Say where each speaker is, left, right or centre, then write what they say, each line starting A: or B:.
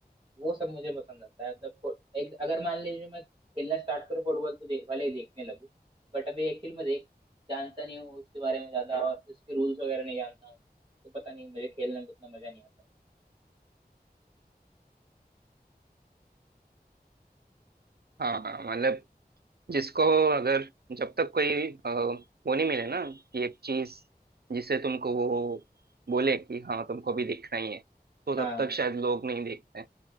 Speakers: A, on the right; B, on the right.
A: वो सब मुझे पसंद आता है मतलब फुट- एक अगर मान लीजिए मैं खेलना स्टार्ट करूँ फुटबॉल तो देख भले ही देखने लगूं बट अभी एक्चुअली मैं देख जानता नहीं हूँ उसके बारे में ज्यादा और उसके रूल्स वगैरह नहीं जानता हूँ तो पता नहीं मुझे खेलने में उतना मजा नहीं आता
B: हाँ हाँ मतलब जिसको अगर जब तक कोई अ, वो नहीं मिले ना कि एक चीज जिसे तुमको वो बोले कि हाँ तुमको भी देखना ही है तो
A: हाँ
B: तब तक शायद लोग नहीं देखते हैं